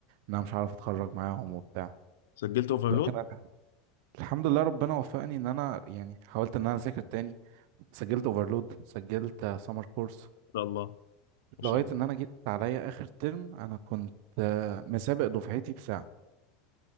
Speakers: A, on the right; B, on the left.
A: ان انا مش عارف اتخرج معاهم وبتاع
B: سجلت اوفرلود
A: لكن
B: ان
A: أنا الحمد لله ربنا وفقني ان انا يعني حاولت ان انا اذاكر تاني سجلت اوفرلود سجلت سمر كورس
B: شاء الله ان
A: لغاية
B: شاء الله
A: إن أنا جيت عليا آخر ترم أنا كنت آه، مسابق دفعتي بساعة